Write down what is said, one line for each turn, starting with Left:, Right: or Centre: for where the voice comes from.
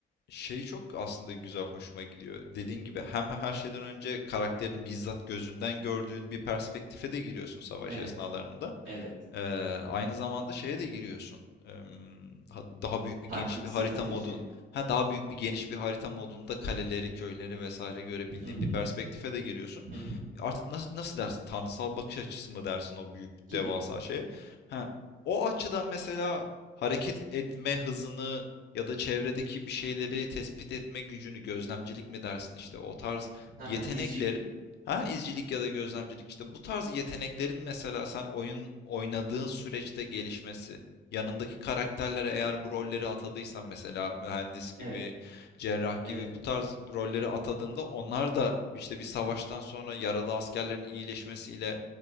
Left: Şey çok aslında güzel hoşuma gidiyor. Dediğin gibi hem her şeyden önce karakterin bizzat gözünden gördüğün bir perspektife de giriyorsun savaş
Right: Evet,
Left: esnalarında.
Right: evet.
Left: Ee, aynı zamanda şeye de giriyorsun. Em, ha- daha büyük bir geniş
Right: Taktik,
Left: bir harita
Right: strateji.
Left: modu. Ha, daha büyük bir geniş bir harita modunda kaleleri, köyleri vesaire görebildiğin
Right: Hı hı,
Left: bir perspektife de giriyorsun.
Right: hı hı.
Left: Artık nasıl, nasıl dersin? Tanrısal bakış açısı mı dersin o büyük
Right: gibi.
Left: devasa şeye? Ha, o açıdan mesela hareket etme hızını ya da çevredeki bir şeyleri tespit etme gücünü, gözlemcilik mi dersin işte o tarz
Right: Haha,
Left: yetenekleri
Right: izcilik.
Left: Ha izcilik ya da gözlemcilik işte bu tarz yeteneklerin mesela sen oyun oynadığın süreçte gelişmesi yanındaki karakterlere
Right: Evet,
Left: eğer bu rolleri atadıysan mesela mühendis gibi
Right: evet,
Left: cerrah gibi
Right: evet,
Left: bu tarz rolleri atadığında onlar da işte bir savaştan sonra yaralı askerlerin iyileşmesiyle